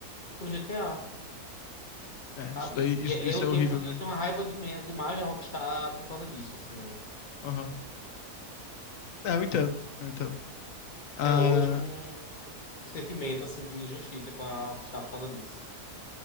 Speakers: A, on the left; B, on the left.
A: pro GTA,
B: É,
A: sabe?
B: isso daí,
A: Isso- E
B: isso,
A: eu
B: isso é horrível
A: tenho, uma-
B: mesmo.
A: eu tenho uma raiva de me- demais da Rockstar por causa disso, assim.
B: Aham. É, eu entendo, eu entendo. Ah,
A: Até hoje um, um sentimento, assim, de injustiça com a Rockstar por causa disso.